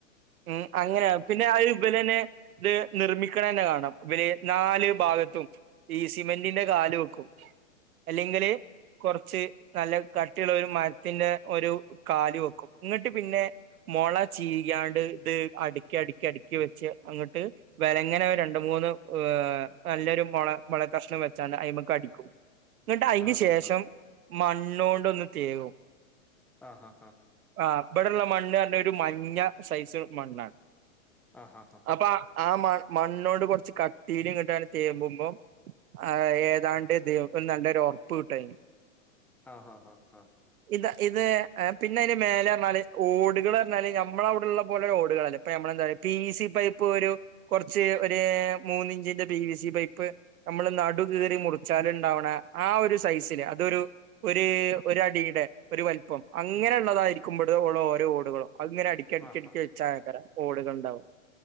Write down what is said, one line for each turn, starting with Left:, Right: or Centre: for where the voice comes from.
Right: ഉം അങ്ങനെ പിന്നെ <unintelligible> ഇവരന്നെ ഇത് നിർമ്മിക്കണം തന്നെ കാണണംഇവര് നാല് ഭാഗത്തും. ഈ സിമെന്റിന്റെ കാല് വെക്കും. അല്ലെങ്കില് കൊറച്ച് നല്ല കട്ടിയുള്ള ഒരു മര ത്തിന്റെ ഒരു കാല് വെക്കും ഇങ്ങ്ട്ട് പിന്നെ മൊള ചീകീയാണ്ട് ഇത് അടുക്കി, അടുക്കി, അടുക്കി വെച്ച് അങ്ങ്ട്ട് വെലങ്ങനെ ഒര് രണ്ട് മൂന്ന് നല്ലൊരു മൊള മൊള കഷ്ണം വെച്ചാ അയ്മക്ക് അടിക്കും.
Centre: <inaudible>
Right: ഇങ്ങ്ട്ട് അയിന്റെ
Centre: ആഹ്
Right: ശേഷം മണ്ണോണ്ടൊന്ന് തേകും.
Centre: ആ ഹാ ഹാ ഹാ
Right: ആഹ് ഇവിടെള്ള മണ്ണ്റഞ്ഞ ഒരു മഞ്ഞ സൈസ് മണ്ണാണ്.
Centre: ആഹ് ആഹ്
Right: അപ്പൊ ആ മ മണ്ണോട് കൊറച്ച് കട്ടീല് ങ്ങ്ട്ട് തേമ്പുമ്പം. ആ ഏതാണ്ട് ഇത് നല്ലരു ഒറപ്പ് കിട്ടുംഅയിന്
Centre: ആഹ് ഹാ ഹാ ആഹ്
Right: ഇത്, ഇത് പിന്നെ അയിന്റെ മേലെ പറഞ്ഞാല് ഓടുകള്റഞ്ഞാല് ഞമ്മളെ അവിടെള്ള പോലെ ഓടുകള്ല്ല. ഇപ്പൊ ഞമ്മള് എന്താ പറയാ പി വി സി പൈപ്പ് ഒരു കൊറച്ച് ഒര് മൂന്ന് ഇഞ്ചിന്റെ പി വി സി പൈപ്പ് നമ്മള് നടു കീറി മുറിച്ചാല് ഇണ്ടാവ്ണ ആ ഒരു സൈസില് അതൊരു ഒര് ഒരു അടീടെ ഒരു വലിപ്പം അങ്ങനെയുള്ളതായിരിക്കുമ്പള് ഉള്ള ഓരോ ഓടുകളോ അങ്ങനെ അടക്കടക്കടക്കി
Centre: ആഹ്
Right: വെച്ചാക്കരാം ഓടുകുണ്ടാവും